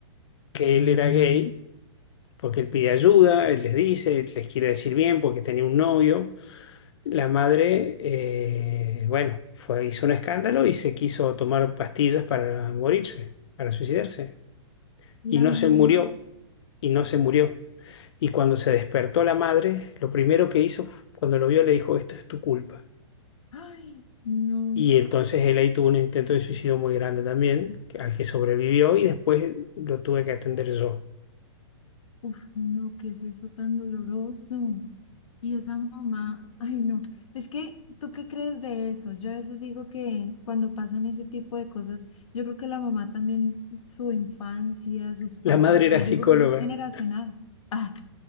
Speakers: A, on the left; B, on the left.
A: que él era gay, porque él pide ayuda, él les dice, les quiere decir bien porque tenía un novio. La madre, eh, bueno, fue, hizo un escándalo y se quiso tomar pastillas para morirse, para suicidarse.
B: La
A: Y no
B: mamá,
A: se murió, y no se murió. Y cuando se despertó la madre, lo primero que hizo, cuando lo vio, le dijo, esto es tu culpa.
B: ay, no,
A: Y entonces él ahí tuvo un intento de suicidio muy grande también, al que sobrevivió y después lo tuve que atender yo.
B: uf, no, ¿qué es eso tan doloroso? Y esa mamá, <laughs> ay, no, es que, ¿tú qué crees de eso? Yo a veces digo que cuando pasan ese tipo de cosas, yo creo que la mamá también, su infancia, sus papás,
A: La madre
B: o
A: era
B: sea,
A: psicóloga.
B: yo digo que eso es generacional. Ay,